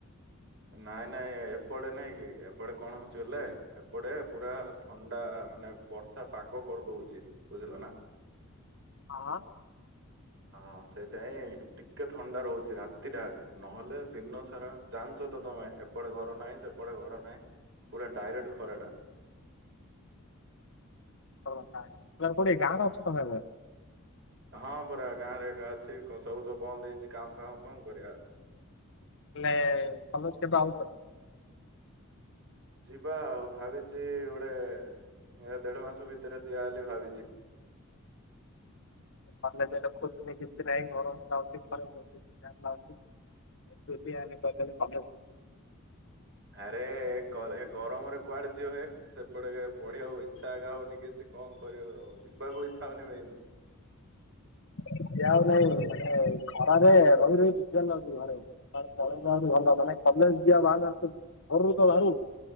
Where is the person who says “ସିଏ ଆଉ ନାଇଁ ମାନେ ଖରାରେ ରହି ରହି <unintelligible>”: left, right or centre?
Left